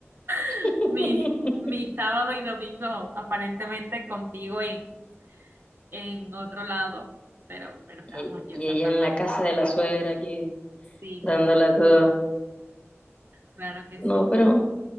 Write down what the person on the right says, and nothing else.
<laughs> Mi, mi sábado y domingo aparentemente contigo en, en otro lado, pero, pero estábamos
aquí en
Santa
Marta.
Sí,
mi amor,
claro que
sí.